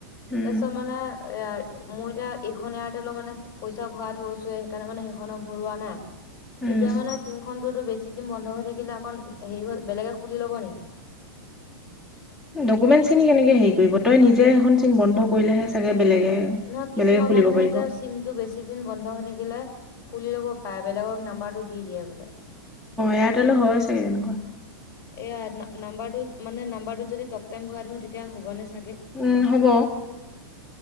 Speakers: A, in the centre; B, on the left.
A: উম
B: তাৰপিছত মানে এ। মই এতিয়া এইখন এয়াৰটেলৰ মানে পইচা ভৰাই থৈছো সেইকাৰণে মানে সেইখনৰত ভৰোৱা নাই।
A: উম
B: এতিয়া মানে চিমখনতোতো বেছি দিন বন্ধ হৈ থাকিলে। খন হেৰি হল বেলেগে খুলি ল'ব নেকি।
A: ডকুমেন্ট খিনি কেনেকে হেৰি কৰিব তই নিজে এখন চিম বন্ধ কৰিলেহে চাগে। বেলেগে
B: নহয় কিছুমান
A: বেলেগে খুলিব
B: মানুহে
A: পাৰিব
B: যে
A: অ
B: চিমটো বেছি দিন বন্ধ হৈ থাকিলে। খুলি ল'ব পাৰে বেলেগক নাম্বাৰটো দি দিয়ে বোলে।
A: এয়াৰটেলৰ হয় চাগে তেনেকুৱা
B: এয়াৰ না। নাম্বাৰটোত মানে নাম্বাৰটোত যদি ট টাইম ভৰাই থৱৌ তেতিয়া হ'বনে। চাগে?
A: উম হ'ব।